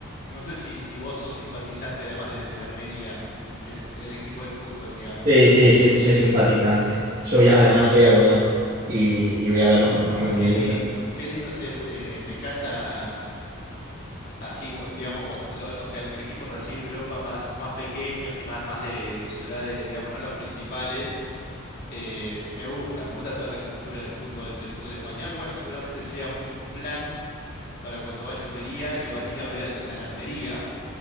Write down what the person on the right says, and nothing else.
Sí, sí, soy, soy simpatizante. Soy, además, soy abonado y, y voy a ver
los partidos, me
gusta.